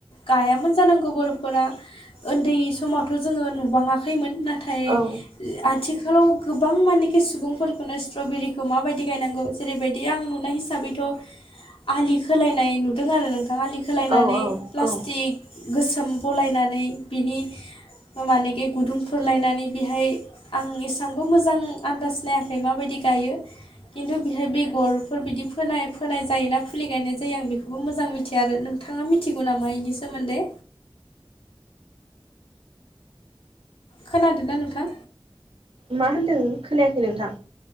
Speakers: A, on the left; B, on the right.
A: गायामोन जानांगौ बर'फोरा। उन्दै समावथ' जोङो नुुबाङाखैमोन। नाथाय ओ
B: औ
A: आथिखालाव गोबां मानेखि सुबुंफोरखौनो स्ट्रबेरिखौ माबायदि गायनांगौ जेरैबायदि आं नुनाय हिसाबैथ' आलि खोलायनाय नुदों आरो नोंथां। आलि खोलायनानै
B: औ औ
A: प्लास्टिक गोसोम बलायनानै बिनि मानेखि गुदुंखुरलायनानै बेहाय आं एसेबांबो मोजां आन्दाज नायाखै माबायदि गायो। खिन्थु बेहाय बेगर फोर बिदि फोनाय फोनाय जायो ना फुलि गायनाय जायो आं बेखौबो मोजां मिथिया आरो। नोंथाङा मिथिगौ नामा इनि सोमोन्दै? खोनादोंना नोंथां?
B: मा होन्दों? खोनायाखै नोंथां